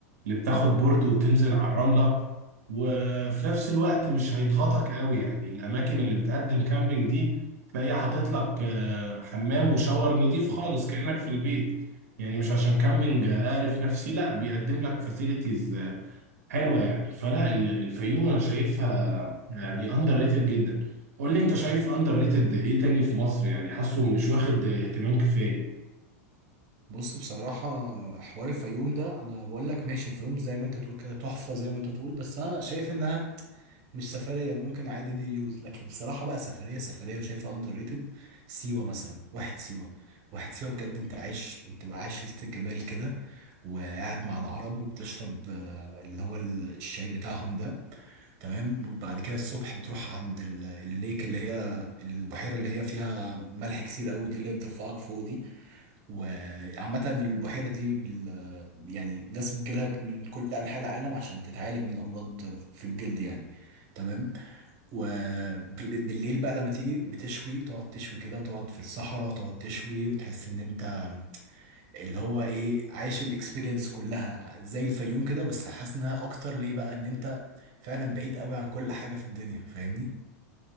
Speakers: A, on the right; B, on the right.
A: اللي بتاخد بورد وتنزل على الرملة وفي نفس الوقت مش هيضغطك قوي يعني الأماكن اللي بتقدم كامبينج دي تلاقيها حاطط لك آه، حمام وشاور نضيف خالص كأنك في البيت يعني مش عشان كامبينج أعرف نفسي لا بيقدم لك فاسيلتيز حلوه يعني فلا ال- الفيوم انا شايفها يعني اندر ريتد جدا قول لي انت شايف اندر ريتد ايه تاني في مصر يعني حاسه مش واخد اهتمام كفايه
B: بص بصراحة حوار الفيوم ده أنا بقول لك ماشي الفيوم زي ما أنت بتقول كده تحفة زي ما أنت بتقول بس أنا شايف إنها مش سفريه ممكن عادي دي يوز لكن بصراحه بقى سفريه سفريه وشايفها اندر ريتد سيوه مثلا واحد سيوه واحد سيوه بجد انت عايش انت بقى عايش وسط الجبال كده وقاعد مع العرب وبتشرب آه، اللي هو ال- الشاي بتاعهم ده تمام وبعد كده الصبح بتروح عند ال- الليك اللي هي البحيره اللي هي فيها ملح كتير قوي دي اللي هي بترفعك فوق دي وعامة البحيرة دي بال... يعني ناس بتجيلها من كل أنحاء العالم عشان تتعالج من أمراض في الجلد يعني تمام وبالليل بقى لما تيجي بتشوي تقعد تشوي كده وتقعد في الصحراء تقعد تشوي وتحس إن أنت اللي هو إيه عايش الإكسبيرينس كلها زي الفيوم كده بس حاسس إنها أكتر ليه بقى إن أنت فعلا بعيد قوي عن كل حاجة في الدنيا فاهمني؟